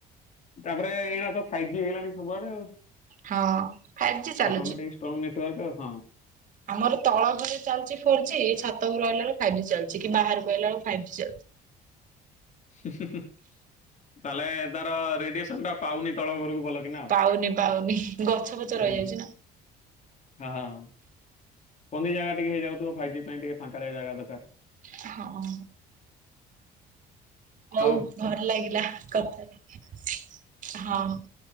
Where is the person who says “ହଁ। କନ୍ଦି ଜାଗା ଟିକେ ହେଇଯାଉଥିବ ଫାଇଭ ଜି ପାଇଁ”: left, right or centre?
Left